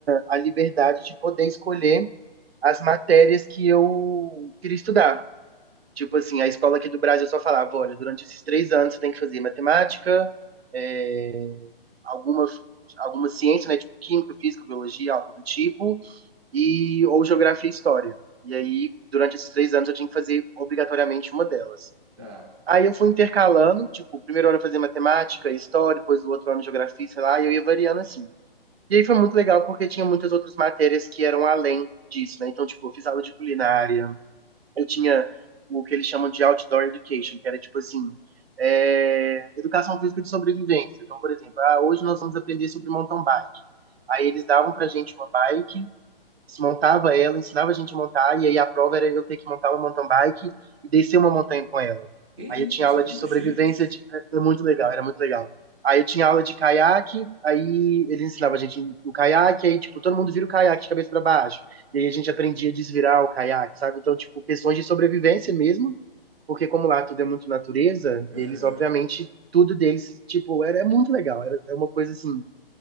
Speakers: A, on the right; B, in the centre.
A: a liberdade de poder escolher as matérias que eu queria estudar. Tipo assim, a escola aqui do Brasil só falava, olha, durante esses três anos você tem que fazer matemática, é, alguma, alguma ciência, né? Tipo química, física, biologia, algo do tipo, e, ou geografia e história. E aí, durante esses três anos, eu tinha que fazer obrigatoriamente uma delas.
B: Tá.
A: Aí eu fui intercalando, tipo, o primeiro ano eu fazia matemática, história, depois do outro ano geografia, sei lá, e eu ia variando assim. E aí foi muito legal porque tinha muitas outras matérias que eram além disso, né? Então, tipo, eu fiz aula de culinária, eu tinha o que eles chamam de outdoor education, que era tipo assim, é, educação física de sobrevivência. Então, por exemplo, ah, hoje nós vamos aprender sobre mountain bike. Aí eles davam pra gente uma bike desmontava ela, ensinava a gente a montar, e aí a prova era eu ter que montar uma mountain bike e descer uma montanha com ela.
B: Que isso,
A: Aí eu tinha
B: isso
A: aula
B: é muito
A: de sobrevivência,
B: chique.
A: de... era muito legal, era muito legal. Aí eu tinha aula de caiaque, aí eles ensinavam a gente no caiaque, aí, tipo, todo mundo vira o caiaque de cabeça para baixo. E aí a gente aprendia a desvirar o caiaque, sabe? Então, tipo, questões de sobrevivência mesmo, porque como lá tudo é muito natureza,
B: <laughs> Aham.
A: eles, obviamente, tudo deles, tipo, era, é muito legal, era é uma coisa, assim,